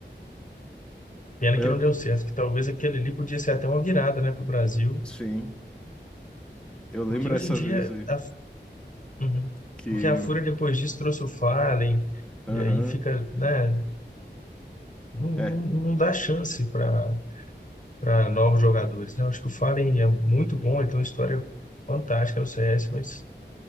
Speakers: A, on the left (about 45°); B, in the centre.
A: Pena
B: Eu,
A: que não deu certo, que talvez aquele ali podia ser até uma virada, né, pro Brasil.
B: sim, eu lembro
A: Porque hoje
B: essa
A: em dia.
B: vez aí
A: A... Uhum.
B: que,
A: Porque a Fúria depois disso trouxe o Fallen,
B: aham,
A: e aí fica, né? Não, não,
B: é,
A: não dá chance para para novos jogadores, né? Eu acho que o Fallen é muito bom, ele tem uma história fantástica no CS, mas.